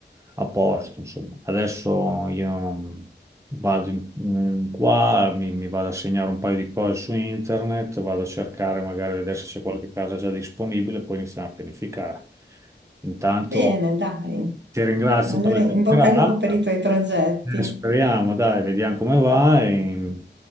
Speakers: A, on the right; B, on the right.
A: a posto, insomma. Adesso io vado in, in qua, mi, mi vado a segnare un paio di cose su internet, vado a cercare, magari a vedere se c'è qualche casa già disponibile, poi iniziamo a pianificare. Intanto
B: Bene, dai.
A: ti ringrazio
B: Allora,
A: per la
B: in
A: chiacchierata.
B: bocca al lupo per i tuoi progetti.
A: Eh, Speriamo, dai, vediamo come va e,